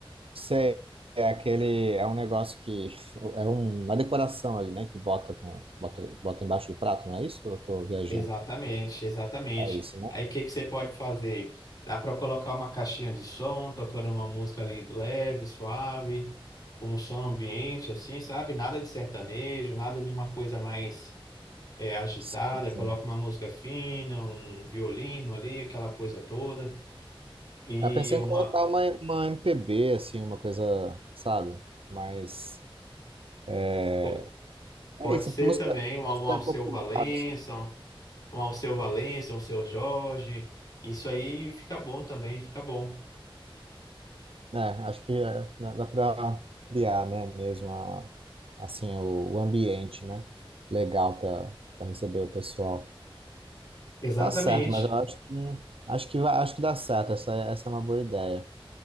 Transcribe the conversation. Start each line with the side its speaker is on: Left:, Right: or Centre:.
Right: Sei, é aquele, é um negócio que <laughs> é um, uma decoração ali, né? Que bota com, bota, bota embaixo do prato, não é isso? Ou Eu tô viajando.
Left: Exatamente, exatamente.
Right: É isso, né?
Left: Aí o que que você pode fazer? Dá para colocar uma caixinha de som, tocando uma música ali leve, suave, com um som ambiente, assim, sabe? Nada de sertanejo, nada de uma coisa mais é, agitada.
Right: Sim, sim.
Left: Coloca uma música fina, um violino ali, aquela coisa toda. E
Right: Eu pensei
Left: uma
Right: em colocar uma, uma MPB, assim, uma coisa, sabe? Mas é,
Left: po- pode
Right: é isso,
Left: ser
Right: música,
Left: também um, um
Right: música
Left: Alceu
Right: é popular,
Left: Valença,
Right: assim.
Left: um, um Alceu Valença, um Seu Jorge. Isso aí fica bom também, fica bom.
Right: É, acho que é, dá dá pra criar, né? Mesmo a, assim, o, o ambiente, né? Legal para receber o pessoal.
Left: Exatamente.
Right: Tá certo, mas eu acho que acho que vai- acho que dá certo. Essa, essa é uma boa ideia.